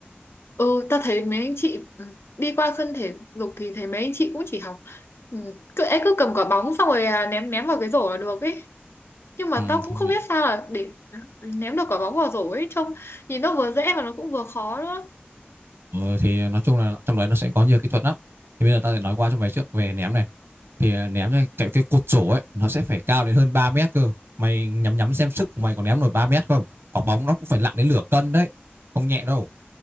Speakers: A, on the left; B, on the right.
A: Ừ, ta thấy mấy anh chị ừ, đi qua sân thể dục thì thấy mấy anh chị cũng chỉ học ừ, cứ ấy cứ cầm quả bóng xong rồi à, ném ném vào cái rổ là được ấy nhưng mà
B: ừ,
A: tao cũng
B: thì,
A: không biết sao là để ném được quả bóng vào rổ ấy trông nhìn nó vừa dễ mà nó cũng vừa khó nữa
B: ừ, thì nói chung là trong đấy nó sẽ có nhiều kỹ thuật lắm thì bây giờ tao sẽ nói qua cho mày trước về ném này thì à, ném ra cái, cái cột sổ ấy nó sẽ phải cao đến hơn 3 mét cơ mày nhắm nhắm xem sức của mày có ném nổi 3 mét không quả bóng nó cũng phải nặng đến nửa cân đấy không nhẹ đâu